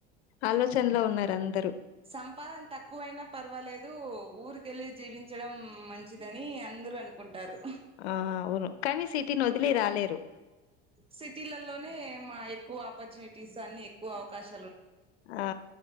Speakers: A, on the left; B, on the right.
A: ఆలోచనలో ఉన్నారు అంత్
B: సంపాదన తక్కువయినా పర్వాలేదు ఊరికెళ్ళి జీవించడం మంచిదని అన్ దరు అనుకుంటారు
A: ఆ అవును కనీ సిటీని ఒదిలి రాలేరు
B: సిటీలలోనే మా ఎక్కువ ఆపర్చునిటీస్ అన్ని ఎక్కువ అవకాశ
A: ఆ